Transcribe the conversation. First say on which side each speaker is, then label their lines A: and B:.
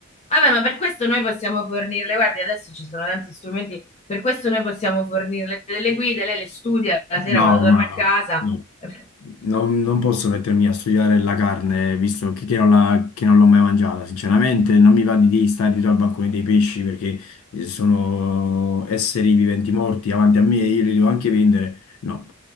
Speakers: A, on the left (about 30°); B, on the left (about 75°).
A: Vabbè, ma per questo noi possiamo fornirle, guardi, adesso ci sono tanti strumenti, per questo noi possiamo fornirle delle guide, lei le studia la sera
B: No,
A: quando torna
B: ma no,
A: a casa.
B: no.
A: <laughs>
B: Non, non posso mettermi a studiare la carne, visto che, che non la- che non l'ho mai mangiata, sinceramente. Non mi va di, di stare dietro al bancone dei pesci perché eh, sono esseri viventi morti davanti a me e io li devo anche vendere. No.